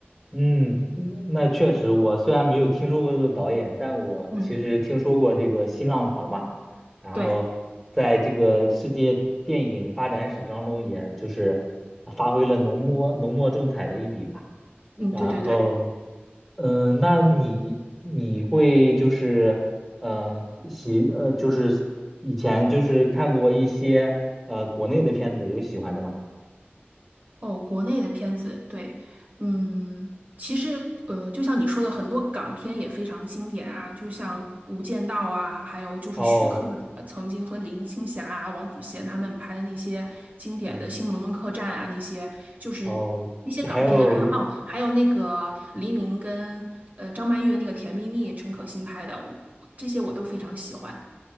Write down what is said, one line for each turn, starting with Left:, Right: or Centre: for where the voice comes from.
Centre: 嗯，那那确实，我虽然没有听说过这个导演，但我其实听说过这个新浪潮嘛，
Right: 嗯，
Centre: 然后在这个世界电影发展史当中，
Right: 对，
Centre: 也就是发挥了浓墨浓墨重彩的一笔吧。
Right: 嗯，
Centre: 然后，
Right: 对对对，
Centre: 嗯、那你你会就是，嗯、喜呃，就是以前就是看过一些呃国内的片子，有喜欢的吗？
Right: 哦，国内的片子，对，嗯，其实呃，就像你说的，很多港片也非常经典啊，就像《无间道》啊，还有就是徐克呃曾经和林青霞啊、
Centre: 哦，
Right: 王祖贤他们拍的那些经典的《新龙门客栈》啊，
Centre: 嗯，
Right: 那些就是
Centre: 哦，
Right: 那些港片，
Centre: 还有。
Right: 还有哦，还有那个黎明跟呃张曼玉的那个《甜蜜蜜》，陈可辛拍的，我这些我都非常喜欢。